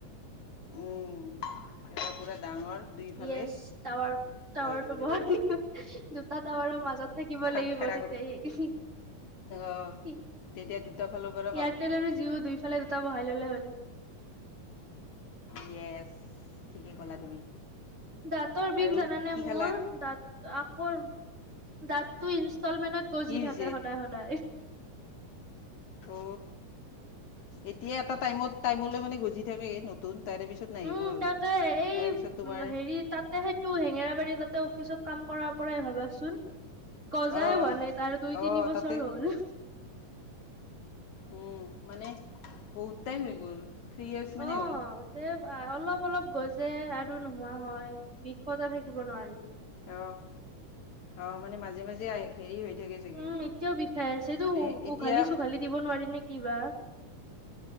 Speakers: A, on the left; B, on the right.
A: উম, এয়া পুৰা ডাঙৰ। দুইফালে
B: য়েছ টাৱাৰ টাৱাৰ
A: বহাই দিব
B: টো
A: লাগিব
B: ব
A: ৰ'বা
B: দুটা টাৱাৰৰ মাজত থাকিব। শিকিব
A: খা
B: লাগিব
A: খাৰা
B: তেতিয়া
A: কৰি অঁ
B: এয়াৰটেল
A: তেতিয়া দুটা ফালৰ পৰা পাব
B: আৰু জিঅ দুইফালে দুটা বহাই ললে হ'ল।
A: য়েছ ঠিকেই ক'লা তুমি
B: দাঁতৰ বিষ
A: আৰু
B: জানানে
A: কি
B: মোৰ
A: খালা
B: দাঁত আকৌ দাঁতটো ইনষ্টলমেণ্টত গজি
A: কি হৈছে
B: থাকে সদায় - সদায়
A: অ, এতিয়া এটা টাইমত টাইমলৈ মানে গজি থাকে নতুন। তাৰে পিছত নাহিব
B: উম
A: আৰু
B: তাকে এই
A: তাৰে পিছত তোমাৰ
B: উম হেৰি তাতে সেইটো হেঙেৰাবাৰী তাতে অফিচত কাম কৰাৰ পৰাই ভাবাচোন। গজাই
A: অঁ
B: হোৱা নাই তাৰ দুই
A: অঁ
B: তিনি বছৰ
A: তাতে
B: হ'ল।
A: উম, মানে বহুতটাইম হৈ গ'ল। থ্ৰী ইয়েৰ্ছ মানেই
B: অ,
A: হ'ল
B: তে অলপ - অলপ গজে আৰু নোহোৱা হয় বিষ বিষতে থাকিব নোৱাৰি।
A: অ', অ ', মানে মাজে- মাজে আহ হৰি হৈ থাকে। চাগে
B: উম, এতিয়াও বিষাই আছেতো
A: মানে এতিয়া
B: উঘালি চোঘালি দিব নোৱাৰি নেকি কিবা?